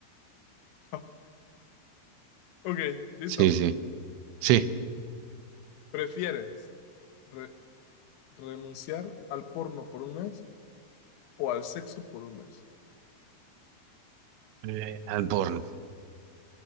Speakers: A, on the left; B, on the right.
A: Ah, ok, listo.
B: Sí, sí. Sí,
A: ¿Prefieres re- renunciar al porno por un mes o al sexo por un mes?
B: eh, al porno.